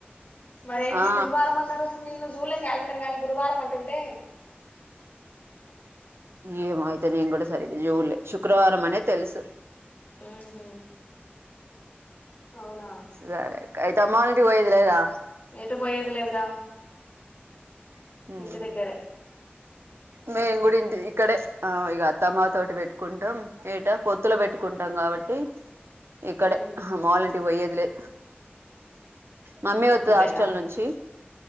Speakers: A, on the left (about 45°); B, on the right (about 75°).
A: మరేంది
B: ఆ
A: గురువారం అన్నారు, నేను జూన్ లో క్యాలెండర్ గానీ గురువారం అం టంటే
B: ఏమ అవుతే నేను కూడా సరి జూన్లే శుక్రవారం అనేది తెలుసు
A: ఉ మ్ అవునా
B: సరే అయితే అమ్మ వాంటికి పోయేదులే లేదా
A: ఏటు పోయేది లేదురా
B: లేదా
A: ఇంటి దగ్గరే
B: మేము కూడా ఇంటి, ఇక్కడే ఇక అత్తమ్మ తోటి పెట్టుకుంటాం, ఏటా పొత్తుల పెట్టుకుంటాం కాబట్టి ఇక్కడే
A: ఉమ్
B: మాములుంటివి పోయ్యేదిలేదు మమ్మీ వతుంది
A: అంతేనా
B: హాస్టల్ నుంచి